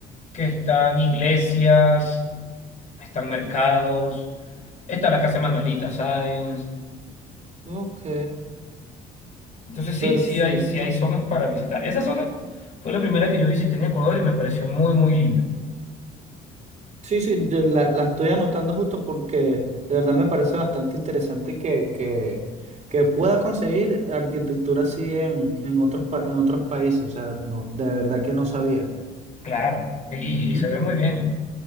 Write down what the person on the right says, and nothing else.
Ok,
perfecto.
Sí, sí, yo la, la estoy anotando justo porque de verdad me parece bastante interesante que, que, que pueda conseguir arquitectura así en, en otros, pa- en otros países. O sea, no, de verdad que no sabía.
Ujú.